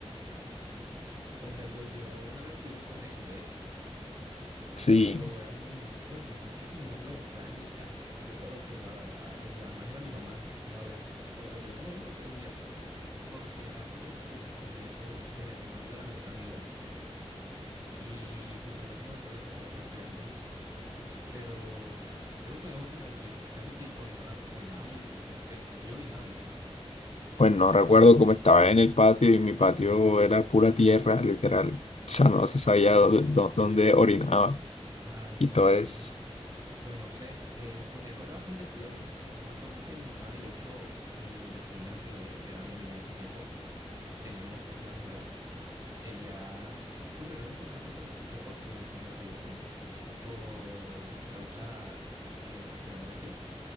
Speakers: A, on the right; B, on the left.
A: Comprendo, yo una vez cuidé un conejo, de hecho,
B: Sí.
A: cuando era un niño. Bueno, más que cuidarlo, estaba en mi casa. Yo solo observaba, era, lo que más era mi mamá una vez. Como lo cuidó como uno o tres días, porque era como que el conejo del hermano de la mejor amiga. Y sinceramente no me acuerdo por qué lo estaba cuidando, pero era un conejo bastante tranquilo. Eso sí, orinaba, orinaba mucho, no sé por qué. El tuyo orinaba mucho.
B: Pues no recuerdo cómo estaba en el patio y mi patio era pura tierra, literal. O sea, no se sabía dónde, dó- dónde orinaba
A: Ah,
B: y
A: comprendo.
B: todo eso.
A: Pues no sé, el conejo era bastante tierno. Yo me acuerdo que mi mamá y de hecho mi vecina, que era mi amiga en ese tiempo, teníamos casi la misma edad. Ellas sufrieron un poquito por el conejito porque cuando falleció, por causas que prefiero no decir,